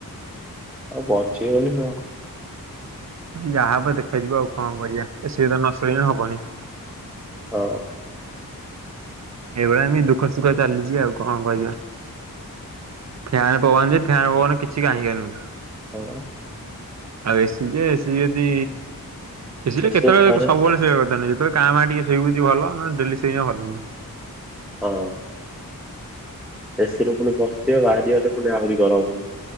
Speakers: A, in the centre; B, on the right (about 50°).
A: ଆଉ ବଞ୍ଚେଇବନି ଆଉ।
B: ନାଇ ଯାହା ହବ ଦେଖାଯିବ ଆଉ କଣ କରିବା, ଏସି ରେ ବି ତ ନସୋଇଁଲେ ହବନି।
A: ହଉ।
B: ଏଇଭଳିଆ ଏମିତି ଦୁଃଖ ସୁଖ ଚାଲିଛି ଆଉ କଣ କରିବା? ଫ୍ୟାନ୍ ପବନ ଯେ ଫ୍ୟନ୍ ପବନ କିଛି କାହିଁକା ନୁହେଁ।
A: ହଉ ଆ
B: ଆଉ ଏସି ଯେ ଏସିି ଯଦି ଏସିଟା
A: ଏସି
B: କେତବେଳେ
A: ରେ ଥରେ
B: ସବୁବେଳେ ଶୋଇବା କଥା ନୁହେ ଯେତେବେଳେ କାଁ ଭାଆଁ ଟିକେ ଶୋଇବୁ ଯଦି ଭଲ ନ ଡେଲି ଶୋଇବା ଭଲ ନୁହେ।
A: ହ ଏସିିରୁୁ ପୁଣି ବସିଥିବ, ବାହାରିଗଲେ ପୁଣି ଆହୁରି ଗରମ ହଵ।